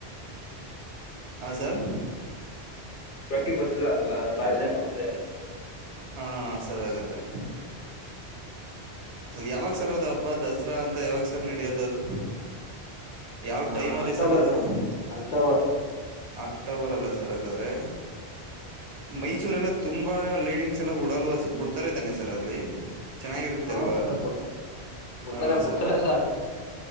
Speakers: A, on the right; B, on the left.
A: ಹ ಸರ್
B: ಗೆ ಗೊತ್ತಿಲ್ಲ ಅಲ್ಲ ರಾಜನೇ ಮಾಡಿದ್ರೆ
A: ಹಾ ಸರಿ ಹಾಗಾದ್ರೆ ಯಾವಾಗ ಸರ್ ಅದು ಹಬ್ಬ ದಸರಾ ಅಂತ ಯಾವಾಗ ಸರ್ ನಡಿಯೋದ ಅದು ಯಾವ
B: ಹ
A: ಟೈಮಲ್ಲಿ
B: ಅಕ್ಟೋಬರ್
A: ಸರ್ ಅದು
B: ಟೈಮ್ ಅಕ್ಟೋಬರ್
A: ಅಕ್ಟೋಬರ್ ಅಲ್ಲ ಸರ್ ಹಾಗಾದ್ರೆ ಮೈಸೂರ್ ಎಲ್ಲ ತುಂಬಾ ಲೇಡಿಂಗ್ಗ್ಸ್ ಎಲ್ಲ ಬಿಡಲ್ ಬಿಡ್ತಾರಐತಾನೆ ಸರ್ ಅಲ್ಲಿ ಚೆನ್ನಾಗಿರುತ್ತೆ
B: ಹಾ
A: ಅಲ್ವಾ
B: ಸರ್ ಕೊಡ್ತಾರೆ ಬಿಡ್ತಾರೆ
A: ಹಾ
B: ಬಿಡ್ತಾರೆ
A: ಸರ್
B: ಸಾರ್